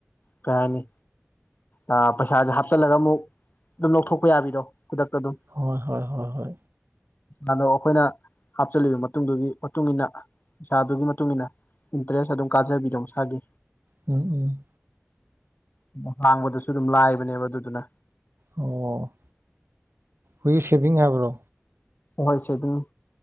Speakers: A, on the left; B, on the right.
A: ꯀꯩ ꯍꯥꯏꯅꯤ ꯑ ꯄꯩꯁꯥꯁꯦ ꯍꯥꯞꯆꯤꯜꯂꯒ ꯑꯃꯨꯛ ꯑꯗꯨꯝ ꯂꯧꯊꯣꯛꯄ ꯌꯥꯕꯤꯗꯣ ꯈꯨꯗꯛꯇ ꯑꯗꯨꯝ
B: ꯍꯣꯏ ꯍꯣꯏ ꯍꯣꯏ ꯍꯣꯏ
A: ꯑꯗꯣ ꯑꯈꯣꯏꯅ ꯆꯠꯂꯤꯕ ꯃꯇꯨꯡꯗꯨꯒꯤ ꯃꯇꯨꯡ ꯃꯇꯨꯡꯏꯟꯅ ꯄꯩꯁꯥꯗꯨꯒꯤ ꯃꯇꯨꯡ ꯏꯟꯅ ꯏꯟꯇꯔꯦꯁ ꯑꯗꯨꯝ ꯀꯥꯖꯕꯤꯗꯣ ꯃꯁꯥꯒꯤ
B: ꯎꯝ ꯎꯝ
A: ꯎꯝ ꯍꯥꯡꯕꯗꯁꯨ ꯨ ꯁꯨ ꯑꯗꯨꯝ ꯂꯥꯏꯕꯅꯦꯕ ꯑꯗꯨꯗꯨꯅ
B: ꯑꯣ ꯍꯨꯏ ꯁꯦꯚꯤꯡ ꯍꯥꯏꯕ꯭ꯔꯣ
A: ꯍꯣꯏ ꯁꯦꯚꯤꯡ